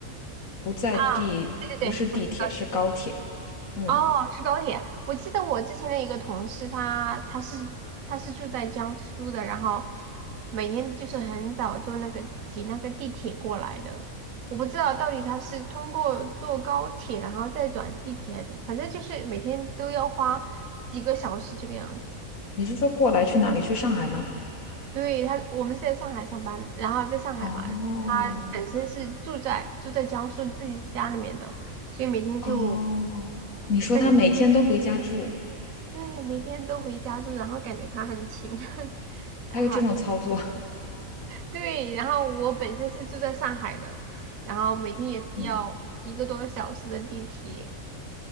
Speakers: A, on the left; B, on the right.
A: 不在地，
B: 啊。对对对，
A: 不是地铁，
B: 不是高铁，
A: 是高铁。嗯，
B: 哦，是高铁。我记得我之前的一个同事他，他是他是住在江苏的，然后每天就是很早坐那个挤那个地铁过来的。我不知道到底他是通过坐高铁，然后再转地铁还是什么，反正就是每天都要花几个小时这个样子。
A: 你是说过来去哪里？去上海吗？
B: 对，他，我们是在上海上班，然后在上海嘛，
A: 哦，
B: 本身是住在住在江苏自己家里面的，所以每天就
A: 哦，你说他每天都回家住，
B: 感觉对，每天都回家住，然后感觉他很勤，<laughs> 然后
A: 还有这种操作？<laughs>
B: 对，然后我本身是住在上海的，然后每天也是要一个多小时的地铁，
A: 嗯，